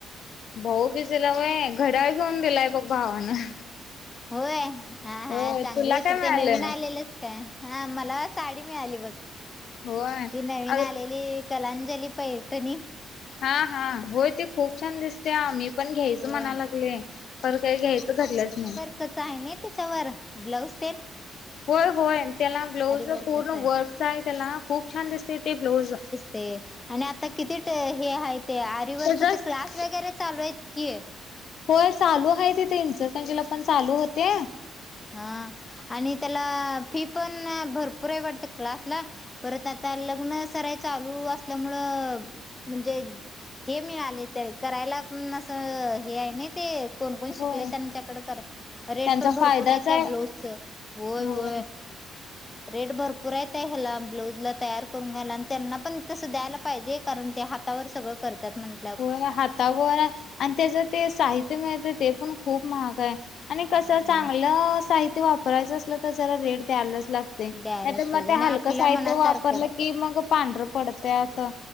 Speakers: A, on the left; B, on the left.
A: भाऊ बिजला म घड्या घेऊन दिलाय बघ भावानं
B: होय हा
A: होय
B: हा चांगली
A: तुला
B: होती
A: काय मिळालं
B: ते नवीन आलेलंचं काय हा मला साडी मिळाली बघं ती
A: होय
B: नवीन
A: अग
B: आलेली. कलाांजली पॆठणी.
A: हा हा होय ते खूप छान दिसते ते आम्ही पण घ्यायचं
B: होय.
A: म्हणा लागले खरं काही घ्यायचं घडलंच नाही
B: कस आहे ना त्याच्यावर ब्लाउज ते
A: होय होय त्याला ब्लाऊज
B: वर्कच
A: पूर्ण
B: आहे.
A: वर्कचा आहे त्याला खूप छान दिसते ते ब्लाऊज
B: ते आणि आता किती हे आहे ते आर वर्कचे
A: त्याच
B: क्लास वगैरे चालू आहेत की
A: होय चालू आहे तिथे इनचरकंजीला
B: होय
A: पण चालू होते
B: हा आणि त्याला फी पण भरपूर आहे वाटते क्लासला परत आता लग्न सराय चालू असल्यामुळं म्हणजे हे मिळालेय तर करायला पण असं हे हाय नय ते कोणकोण शिकलय
A: होय
B: त्यांच्याकड करा रेट
A: त्यांचा
B: पण भरपूर
A: फायदाच
B: आहेत त्या
A: आहे
B: ब्लाऊजच होय
A: हो
B: होय. रेट भरपूर येत ह्याला ब्लाऊज ला तयार करून घ्यायला आणि त्यांना पण तसं द्यायला पाहिजे कारण ते हातावर सगळं करतात म्ह
A: होय हातावर आणि त्याच ते साहित्य मिळतं ते पण खूप महाग आहे. आणि कसं
B: हो
A: चांगलं
B: हो
A: साहित्य वापरायचं असलं तर जरा रेट द्यायलाच लाग त्या
B: द्यायलाच
A: नायतर मग
B: पाहिजे
A: ते
B: आणि
A: हलकं
B: आपल्या
A: साहित्य
B: मनासारखं
A: वापरलं की मग पांढरं पडत्यात. त